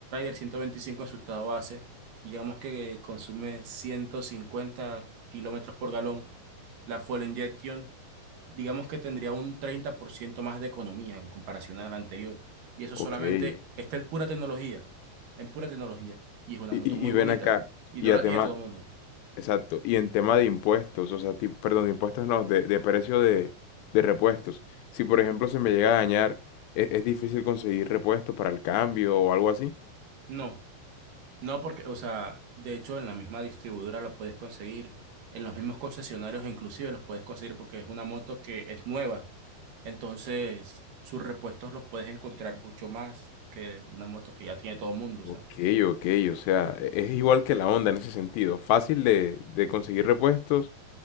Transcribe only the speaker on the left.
ok.
Y,
y-
y
ven acá,
y
a
tema,
exacto, y en tema de impuestos, o sea, tipo, perdón, de impuestos no, de, de precio de, de repuestos. Si por ejemplo se me llega a dañar, ¿es, es difícil conseguir repuestos para el cambio o algo así?
Ok,
ok, o sea, e- es igual que la onda en ese sentido, fácil de, de conseguir repuestos